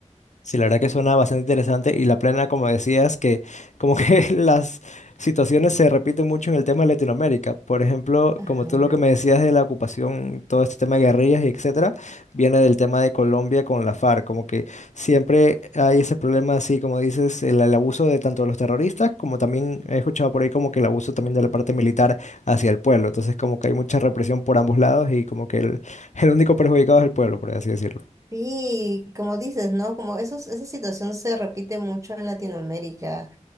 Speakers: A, on the left; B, on the right.
A: Sí, la verdad que suena bastante interesante y la plena, como decías, que como que <laughs> las situaciones se repiten mucho en el tema de Latinoamérica. Por ejemplo,
B: Ajá.
A: como tú lo que me decías de la ocupación, todo este tema de guerrillas y etcétera, viene del tema de Colombia con la FARC. Como que siempre hay ese problema, así como dices, el, el abuso de tanto de los terroristas como también he escuchado por ahí como que el abuso también de la parte militar hacia el pueblo. Entonces, como que hay mucha represión por ambos lados y como que el, el único perjudicado es el pueblo, por así decirlo.
B: Sí, como dices, ¿no? Como esos, esa situación se repite mucho en Latinoamérica.